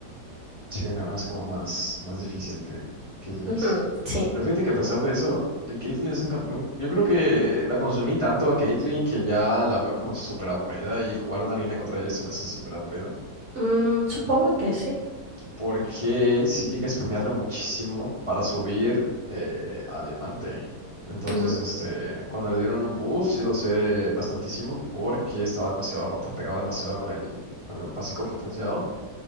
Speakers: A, on the left (about 25°); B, on the right (about 55°).
A: Sí, no, es como más, más difícil que, que Jinx.
B: Ujú, sí.
A: Pero fíjate que a pesar de eso, el Caitlyn es un campeón. Yo creo que la consumí tanto a Caitlyn que ya la veo como súper aburrida y jugar una línea contra ella se me hace súper aburrida.
B: Mm, supongo que sí.
A: porque sí llegué a spamearle muchísimo para subir eh, a diamante. Entonces,
B: Ujú.
A: este, cuando le dieron un buff, sí lo usé bastantísimo porque estaba demasiado rota, pegaba demasiado con el, con el básico potenciado.